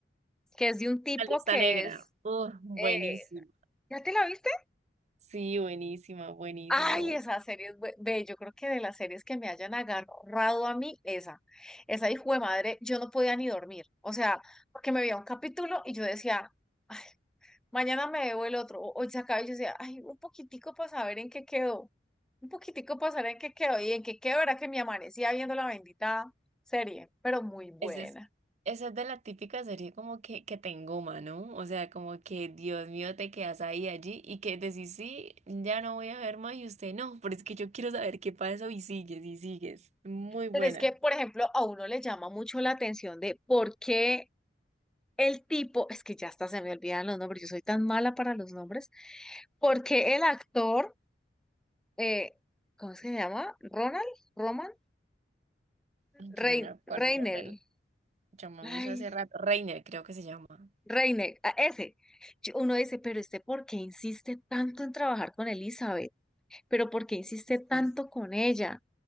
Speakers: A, in the centre; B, on the right.
A: que es de un tipo
B: La lista
A: que
B: negra.
A: es...
B: Uh, buenísima.
A: eh, ¿ya te la viste?
B: Sí, buenísima, buenísima,
A: Ay,
B: buenísima.
A: esa serie es bue- ve, yo creo que de las series que me hayan agarrado a mí, esa, esa hijo de madre, yo no podía ni dormir, o sea, porque me veía un capítulo y yo decía, "Ay, mañana me veo el otro, o hoy se acaba, y yo decía, ay, un poquitico para saber en qué quedó, un poquitico para saber en qué quedó, y en qué quedó era que me amanecía viendo la bendita serie, pero muy buena.
B: Esa es, esa es de la típica serie como que, que te engoma, ¿no? O sea, como que Dios mío, te quedas ahí allí y que decís, sí, ya no voy a ver más y usted no, pero es que yo quiero saber qué pasó y sigues y sigues. Muy buena.
A: Pero es que, por ejemplo, a uno le llama mucho la atención de por qué El tipo, es que ya hasta se me olvidan los nombres, yo soy tan mala para los nombres, porque el actor, eh, ¿cómo es que se llama? Ronald, Roman,
B: Yo
A: Rein,
B: no me acuerdo,
A: Reinel,
B: yo me, yo me
A: ay,
B: hizo hace rato. Reiner, creo que se llama.
A: Reinel, a ese. Yo- Uno dice, pero este, ¿por qué insiste tanto en trabajar con Elizabeth? ¿Pero por qué insiste tanto
B: Sí. sí.
A: con ella?